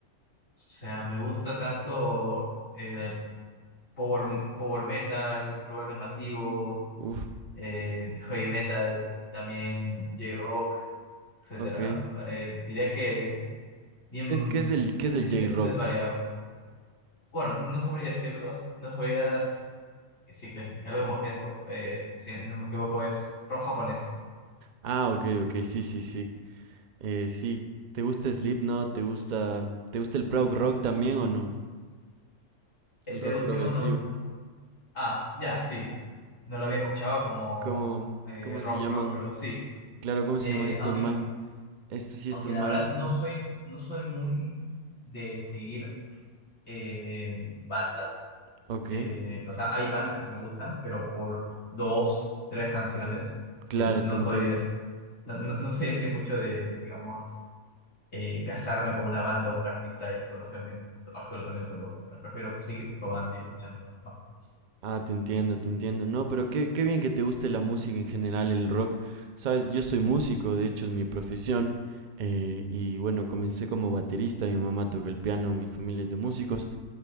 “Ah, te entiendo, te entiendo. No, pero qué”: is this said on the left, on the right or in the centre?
Right